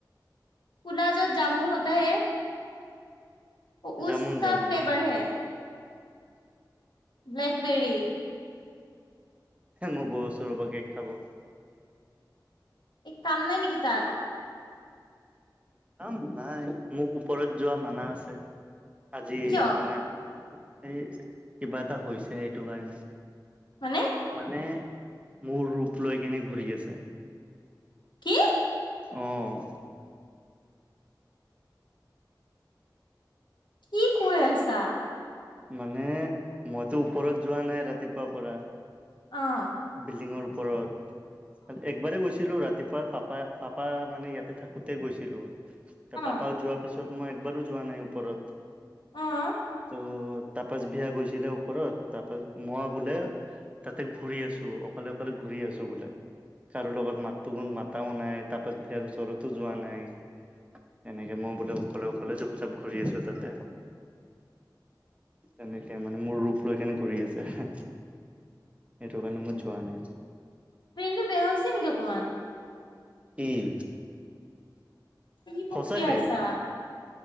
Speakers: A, on the left (about 75°); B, on the right (about 15°).
A: কোলা য' জামু হ'তা হে উচকা
B: জামুন জামুন
A: ফ্লেভাৰ হে। ব্লেকবেৰী।
B: মই গৈইছো ৰবা পৰা কেক খাব।
A: এই কাম নাই নেকি তাত?
B: কাম নাই, মোক ওপৰত যোৱা মানা আছে। আজি
A: কিয়
B: মানে এই কিবা এটা হৈছে সেইটো কাৰণে।
A: মানে?
B: মানে মোৰ ৰূপ লৈ কিনে ঘূৰি আছে।
A: কি?
B: অ'।
A: কি কৈ আছা?
B: মানে মইতো ওপৰত যোৱা নাই ৰাতিপুৱাৰ পৰা।
A: অঁ।
B: বিল্ডিঙৰ ওপৰত, একবাৰে গৈছিলো ৰাতিপুৱা পাপ- পা পাপা মানে ইয়াতে থাকোতে গৈছিলো। তা
A: অ
B: পাপা যোৱা- পিছত মই একবাৰো যোৱা নাই ওপৰত।
A: অঁ।
B: ত' তপাচ বিহা গৈছিলে ওপৰত, তপাছ মই বোলে- তাতে ঘূৰি আছো অকলে অকলে ঘূৰি আছো বোলে। কাৰো লগত মাতো মাতাও নাই তপাছ বিহাৰ ওচৰতো যোৱা নাই। এনেকে মই বোলে অকলে অকলে চুপ চাপ ঘূৰি আছো তাতে। তেনেকে মানে মোৰ ৰূপ লৈ কেনে ঘূৰি আছে এহে। এইটো কাৰনে মই যোৱা নাই।
A: ব্ৰেইনটো বেয়া হৈছে নেকি অকমান?
B: কি?
A: কি বকী
B: সঁচাকে
A: আছা?